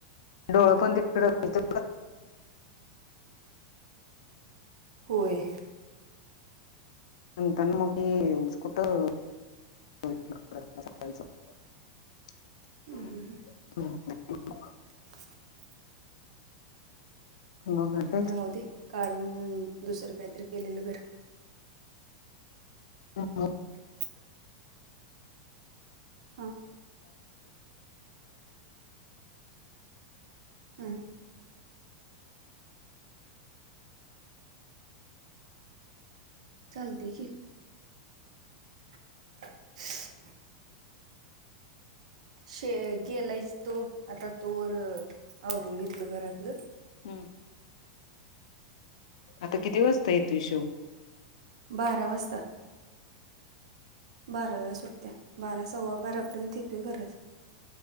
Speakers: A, on the left; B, on the right.
A: डोळं पण <unintelligible>
B: होय.
A: म्हणताना मग <unintelligible> कुठं <unintelligible>
B: हुंहुं... हुं.
A: <unintelligible>
B: <inaudible>
A: मग आणि
B: राहू दे... काढून... दुसरं काहीतरी केलेलं बरं
A: <inaudible>
B: <inaudible> हां हुं हुं चालतंय की <inaudible> शे गेलायच तो आता तोवर आवरून घेतलं घरातलं.
A: हम्म आता किती वाजता येतो य शोव.
B: बारा वाजता. बाराला सुटत्या बारा सव्वा बारापर्यंत येतोय घरात.